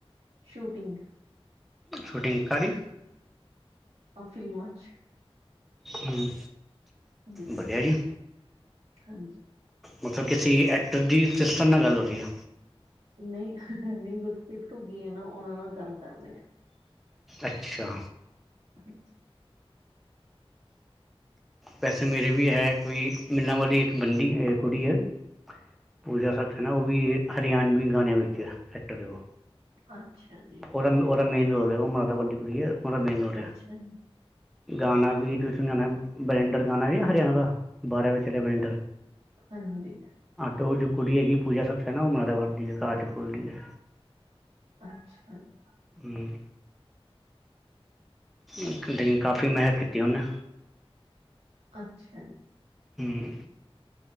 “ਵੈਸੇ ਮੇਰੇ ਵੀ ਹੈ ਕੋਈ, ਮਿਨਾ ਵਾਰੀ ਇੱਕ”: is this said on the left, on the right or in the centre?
Centre